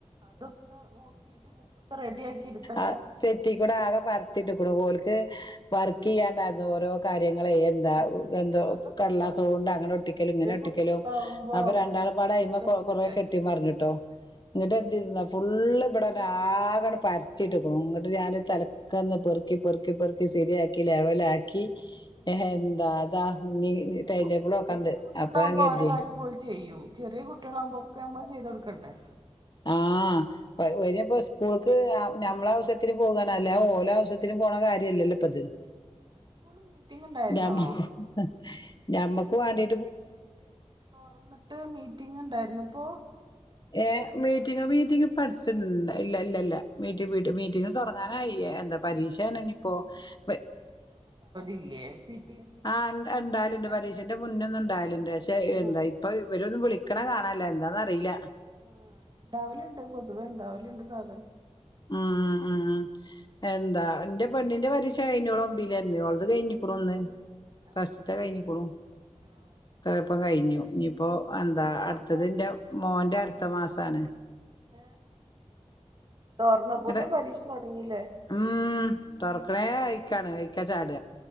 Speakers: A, on the right; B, on the left.
A: അതൊക്കെ നോക്കീട്ട് ബുക്കൊക്കെ റെടാക്കി ഇട്ത്തെ
B: ആ സെറ്റിക്കൂടെ ആകെ പരത്തിട്ട്കൊണു ഓല്ക് വർക്കെയ്യാണ്ടേര്ന്നു ഓരോ കാര്യ ങ്ങള് എന്താ
A: ആഹ്
B: എന്തോ
A: അതൊക്കെ
B: കടലാസോണ്ടക്ക്ണ
A: ഇപ്പൊ ചെറിയ
B: ഒട്ടിക്കലും ങ്ങനെ
A: ചെറിയ
B: ഒട്ടിക്കലും
A: കുട്ടികളാവുമ്പോ
B: അപ്പം
A: ഒക്കെ
B: രണ്ടാളുമ്പാടെ
A: ഇത്
B: അയ്മ
A: ചെയ്ത് കൊടുക്കണ്ടേ
B: കൊറേ കെട്ടി മറഞ്ഞു ട്ടോ ന്ന്ട്ട്
A: ഉം
B: എന്തെയ്തുന്നോ ഫുള്ള് ഇവടെ ട്ടാകെ ങ്ങട്ട് പരത്തിട്ട്ക്ണു ങ്ങട്ട് ഞാന് തലക്കന്നു പെറു.. പെർക്കി പെർക്കി സെരിയാക്കി ലെവലാക്കി
A: ഉം
B: എന്താ ത ഞ്ഞി
A: അല്ലപ്പൊ
B: ടൈംടേബിൾ നോക്കാണ്ട്
A: വല്യ കുട്ടികളാവുമ്പോ
B: അപ്പം ഞാൻ കരുതി
A: ഓരോ കാര്യം ഓല് ചെയ്യും ചെറിയ കുട്ട്യാളാവുമ്പൊ ക്കെ ഞമ്മള് ചെയ്തൊട്ക്കണ്ടേ
B: ആ ഓലപ്പോ സ്കൂൾക് അ ഞമ്മള ആവിശ്യത്തിന് പോകാണ് അല്ലാതെ ഓലാവശ്യത്തിന് പോണ കാര്യല്ലല്ലോ അത്
A: സ്കൂള് മീറ്റിംഗ് ഉണ്ടായിരുന്നോ?
B: ഞമ്മക്ക് ഞമ്മക്കും വാണ്ടീ
A: തൊറന്ന്ട്ട് മീറ്റിംഗ് ണ്ടായിരുന്നുപ്പോ
B: ഏ മീറ്റിംഗ് മീറ്റിംഗ് ഇപ്പട്ത്ത് ഇണ്ടേ ഇല്ല ല്ലാ ലാ മീറ്റ് മീറ്റിങ് തൊറ.. ക്കാനായി എന്താ പരീഷേണെനി പ്പോ വെ
A: ഇല്ലേ പി ടി എം ഇ
B: ആ ഇണ്ട ഇണ്ടാവല്ണ്ട്
A: തെരഞ്ഞെടുക്കണ
B: പരീക്ഷ ന്റെ മുന്നൊന്ന് ണ്ടാവല്ണ്ട് പക്ഷെ
A: ആഹ്
B: എന്താ ഇപ്പൊ ഇവരൊന്ന് വിളി ക്കണ കാണാനില്ല എന്താന്നറില്ല
A: ഉം ണ്ടാവല്ണ്ട് പൊതുവെ ണ്ടാവല്ണ്ട് സാധാ
B: ആ ആ അ ആ എന്താ ന്റെപെണ്ണിന്റെ പരീക്ഷ കഴിഞ്ഞു ഓളൊമ്പേലേര്ന്നു ഓൾത് കഴിഞ്ഞ്ക്കുണു ന്ന്
A: ആഹ്
B: പസ്റ്റ്ത്തെ
A: ആഹ്
B: കയ്ഞ്ഞ്ക്ക്ണു
A: ആഹ്
B: ത്ര ൾപ്പം കയ്ഞ്ഞു ഇനിപ്പോ എന്താ
A: സ്കൂൾ തുറക്കായിട്ടില്ലേ
B: അടുത്തത് ന്റെ മോന്റെ അട്ത്ത മാസാണ്
A: എ തൊർന്നപ്പോത്തിന്
B: ഇങ്ങട്
A: പരീഷ തൊടങ്ങീ ലെ
B: ഉം തൊർക്ക്ണേ അയ്ക്കാണ് അയ്ക്ക ചാട